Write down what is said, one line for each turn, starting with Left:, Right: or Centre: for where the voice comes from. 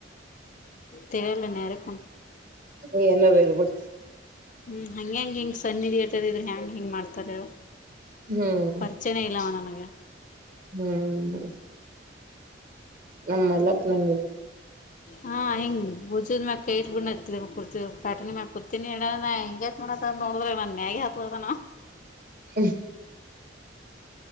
Left: ತರಲ ನೆರಕ್ಕ
Right: ಹ್ಮ್ ಏನಾರ ಇರ್ಬೇಕ್
Left: ಹ್ಮ್ ಹಂಗ್ಯಾಂಗ ಹಿಂಗ್ ಸಣ್ಣಿ ಿಯೇಟರ್ ಇದ್ರೆ ಹೆ್ಯಾಂಗ್ ಹಿಂಗ್ ಮಾಡ್ತಾರೆ
Right: ಹ್ಮ್
Left: ಪ್ರಚನೆ ಇಲ್ಲಾಮ ನನಗೆ
Right: ಹ್ಮ್ ನಮ್ಮಲ್ಲಪ್ಪ ನಂಗ
Left: ಹಾ ಹಿಂಗ ಬಜ್ ಮ್ಯ ಕೈ ಇಟ್ ಬ ಕುರ್ತಿ ಪ್ಯಾಟನ್ ಮ ಕುತೀಿನಿಡ ಹಂಗ ನೋಡ್ರ ನನ್ ಮ್ಯಾಗಿ ಹಾತ ಅದಾನ
Right: ಎ